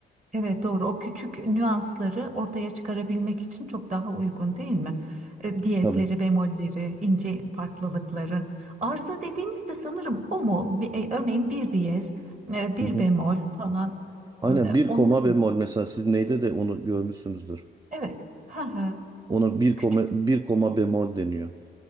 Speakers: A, on the right; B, on the right.
A: Evet doğru. O küçük nüansları ortaya çıkarabilmek için çok daha uygun değil mi? E, diyezleri,
B: Tabii.
A: bemolleri, ince farklılıkları. Arıza dediğinizde sanırım o mu? Bir- e, örneğin bir diyez, e, bir
B: Hı hı.
A: bemol falan.
B: Aynen
A: Hmm, e,
B: bir
A: Onlar
B: koma
A: mı?
B: bemol mesela siz neyde de onu görmüşsünüzdür.
A: Evet. Ha ha.
B: Ona bir
A: Küçük.
B: koma, bir koma bemol deniyor.